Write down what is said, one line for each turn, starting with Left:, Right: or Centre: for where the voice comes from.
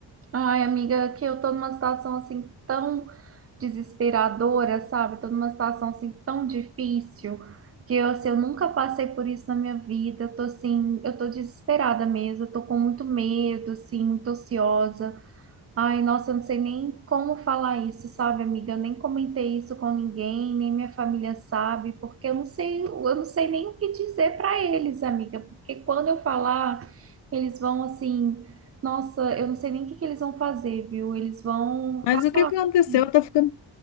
Right: Ai, amiga, que eu tô numa situação assim tão desesperadora, sabe? Tô numa situação assim tão difícil que eu, assim, eu nunca passei por isso na minha vida. Eu tô assim, eu tô desesperada mesmo, eu tô com muito medo, assim, muito ansiosa. Ai, nossa, eu não sei nem como falar isso, sabe, amiga? Eu nem comentei isso com ninguém, nem minha família sabe, porque eu não sei, eu não sei nem o que dizer para eles, amiga, porque quando eu falar, eles vão assim, nossa, eu não sei nem o que que eles vão fazer, viu? Eles vão acabar
Left: Mas o que que aconteceu?
Right: comigo.
Left: Eu tô ficando,